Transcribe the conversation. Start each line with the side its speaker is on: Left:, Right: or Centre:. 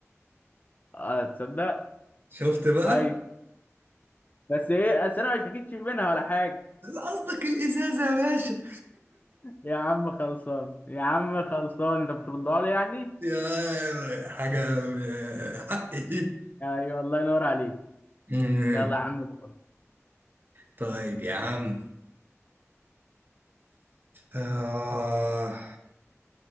Left: اه تصدق
Right: شفت بقى
Left: اي بس ايه بس انا ما اشتكيتش منها ولا حاجه
Right: قصدك الازازة يا باشا
Left: يا عم خلصان يا عم خلصان انت بتردها لي يعني
Right: يا حاجة آه، حقي
Left: ايوه الله ينور عليك
Right: مم.
Left: يلا يا عم دور
Right: طيب يا عم آه.